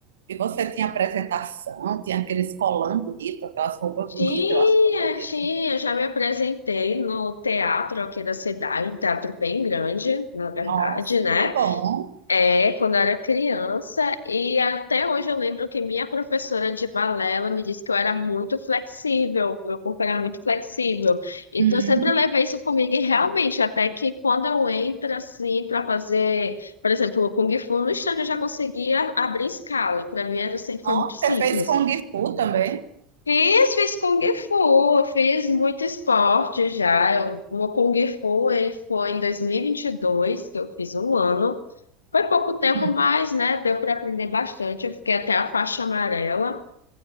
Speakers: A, on the right (about 75°); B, on the left (about 80°).
A: E você tinha apresentação, tinha aqueles colãs bonitos, aquelas roupas
B: Tinha,
A: bonitas, eu acho tão bonito.
B: tinha. Já me apresentei no teatro aqui da cidade, um teatro bem grande, na verdade,
A: Nossa,
B: né?
A: que bom.
B: É, quando eu era criança, e até hoje eu lembro que minha professora de balé, ela me disse que eu era muito flexível, meu corpo era muito flexível. Então,
A: Hum.
B: eu sempre levei isso comigo, e realmente, até que quando eu entro assim para fazer, por exemplo, o Kung Fu no estande, eu já conseguia abrir escala. Para mim, era sempre
A: Nossa,
B: foi muito simples.
A: você fez Kung Fu também?
B: Fiz, fiz Kung Fu, eu fiz muito esporte já. Eu- Uma Kung Fu eh, foi em dois mil e e vinte e dois que eu fiz um ano. Foi pouco tempo,
A: Hum,
B: mas né, deu para aprender bastante. Eu fiquei até a faixa amarela.